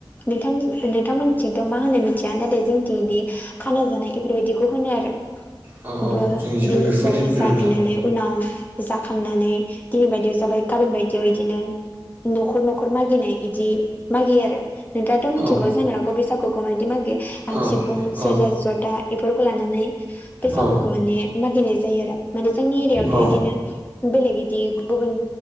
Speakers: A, on the left; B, on the right.
A: नोंथां नोंथांमोनथिंथ' मा होनो मिथिया नाथाय जोंथिं दि खाना जानाय बेफोरबायदिखौ होनो आरो
B: औ औ
A: ओम बिदिनो
B: जोंनिजोंबो बेफोरबायदिनो
A: ज'
B: होनो
A: जालायनानै
B: नोंथां
A: उनाव जाखांनानै दिनै बायदियाव जाबाय गाबोन बायदियाव बिदिनो न'खर न'खर मागिनाय बिदि मागियो आरो नोंथाङाथ' मिथिगौ
B: औ
A: जानो हागौ बैसागुखौ मायदि मागे आाम
B: औ
A: सिफुं सेरजा
B: औ
A: जथा बेफोरखौ लानानै बैसागुखौ
B: औ
A: माने मागिनाय जायो आरो माने जोंनि एरिायावथ'
B: औ
A: बिदिनो बेलेग बिदि गुबुन